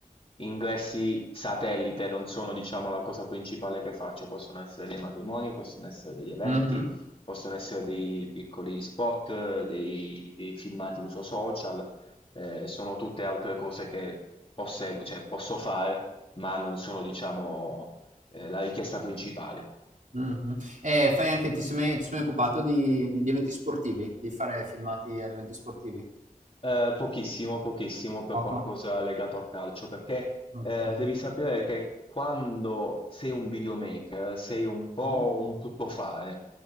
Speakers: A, on the left (about 40°); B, on the right (about 60°).
A: ingressi satellite non sono, diciamo, la cosa principale che faccio. Possono essere dei matrimoni, possono essere degli eventi,
B: ok.
A: possono essere dei piccoli spot, eh, dei, dei filmati uso social, eh, sono tutte altre cose che posseggo- cioè, posso fare, ma non sono, diciamo, eh, la richiesta principale.
B: Mh-mh. E fai anche ti sei mai ti sei mai occupato di di di eventi sportivi? Di fare filmati ad eventi sportivi?
A: Eh, pochissimo, pochissimo per
B: Poco?
A: qualcosa legato al calcio, perché
B: Okay.
A: eh, devi sapere che quando sei un videomaker sei un po'
B: Mh.
A: un tuttofare,